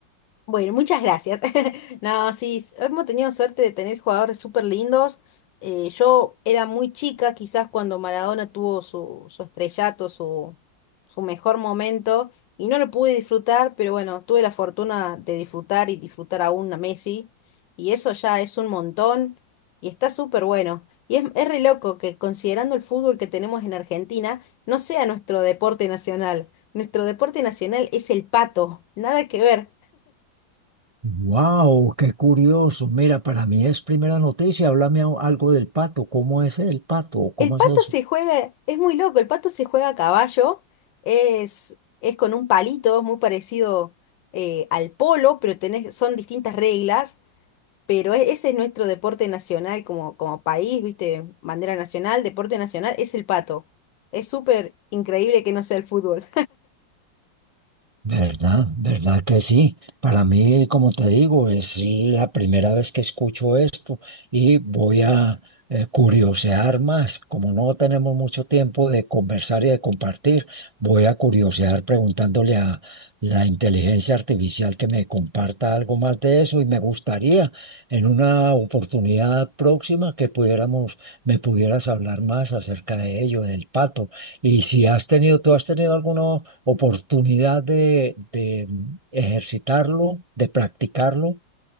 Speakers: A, on the left; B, on the right.
A: Bueno, muchas gracias. <laughs> No, sí, s- hemos tenido suerte de tener jugadores súper lindos. Eh, yo era muy chica, quizás cuando Maradona tuvo su, su estrellato, su, su mejor momento, y no lo pude disfrutar, pero bueno, tuve la fortuna de disfrutar y disfrutar aún a Messi, y eso ya es un montón, y está súper bueno. Y es, es re loco que considerando el fútbol que tenemos en Argentina, no sea nuestro deporte nacional. Nuestro deporte nacional es el pato, nada que ver.
B: Wow, qué curioso. Mira, para mí es primera noticia. Háblame a- algo del pato. ¿Cómo es el pato? ¿Cómo
A: El pato
B: es eso?
A: se juega, es muy loco, el pato se juega a caballo, es, es con un palito, es muy parecido eh, al polo, pero tenés, son distintas reglas, pero e- ese es nuestro deporte nacional como, como país, ¿viste? Bandera nacional, deporte nacional, es el pato. Es súper increíble que no sea el fútbol.
B: ¿Verdad? ¿Verdad que sí? Para mí, como te digo, es la primera vez que escucho esto y voy a eh, curiosear más. Como no tenemos mucho tiempo de conversar y de compartir, voy a curiosear preguntándole a la inteligencia artificial que me comparta algo más de eso y me gustaría en una oportunidad próxima que pudiéramos, me pudieras hablar más acerca de ello, del pato. Y si has tenido, tú has tenido alguno oportunidad de, de ejercitarlo, de practicarlo,